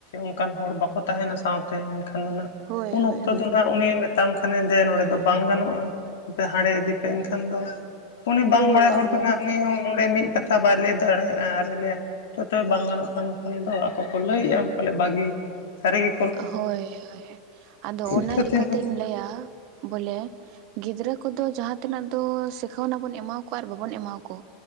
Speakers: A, on the left; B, on the right.
A: ᱚᱱᱠᱟᱱ ᱦᱚᱲ ᱵᱟᱠᱚ ᱛᱟᱦᱮᱱᱟ ᱥᱟᱶᱛᱮ ᱮᱱᱠᱷᱟᱱ ᱫᱚᱜ
B: ᱦᱳᱭ
A: ᱩᱱ
B: ᱦᱳᱭ
A: ᱚᱠᱛᱚ
B: ᱦᱳᱭ
A: ᱫᱚ ᱱᱟᱦᱟᱜ ᱩᱱᱤ ᱛᱟᱢ ᱠᱷᱟᱱᱮ ᱡᱮ ᱱᱚᱸᱰᱮ ᱫᱚ ᱵᱟᱝ ᱜᱟᱱᱚᱜᱼᱟ ᱟᱮ ᱦᱟᱸᱰᱮ ᱤᱫᱤᱯᱮ ᱮᱱᱠᱷᱟᱱ ᱫᱚ ᱩᱱᱤ ᱵᱟᱝ
B: ᱨᱩᱣᱟᱹᱲᱚᱜᱼᱟ
A: ᱵᱟᱲᱟᱭ ᱦᱚᱲ
B: ᱵᱚᱱ
A: ᱠᱟᱱᱟ ᱩᱱᱤ ᱦᱚᱸ ᱚᱸᱰᱮ ᱢᱤᱫ ᱠᱟᱛᱷᱟ ᱵᱟᱭ ᱞᱟᱹᱭ ᱫᱟᱲᱮᱭᱟᱜᱼᱟ᱾ ᱟᱨᱮ ᱞᱟᱹᱭᱟ ᱡᱚᱛᱚ ᱵᱟᱝ ᱜᱟᱱᱚᱜ ᱠᱟᱱ ᱠᱷᱟᱱ ᱫᱚ ᱟᱠᱚ ᱠᱚ ᱞᱟᱹᱭᱮᱜᱼᱟ, ᱯᱟᱞᱮᱫ ᱵᱷᱟᱹᱜᱤ ᱥᱟᱹᱨᱤ ᱜᱮ
B: ᱦᱳᱭ ᱦᱳᱭ ᱟᱫᱚ
A: ᱤᱱᱠᱟᱹ
B: ᱚᱱᱟ ᱞᱮᱠᱟᱛᱤᱧ
A: ᱛᱮᱦᱚᱸ
B: ᱞᱟᱹᱭᱟ ᱵᱚᱞᱮ ᱜᱤᱫᱽᱨᱟᱹ ᱠᱚᱫᱚ ᱡᱟᱦᱟᱸᱛᱤᱱᱟᱹᱜ ᱫᱚ ᱥᱤᱠᱷᱟᱹᱣᱱᱟ ᱵᱚᱱ ᱮᱢᱟ ᱠᱚᱣᱟ ᱟᱨ ᱵᱟᱵᱚᱱ ᱮᱢᱟ ᱠᱚ᱾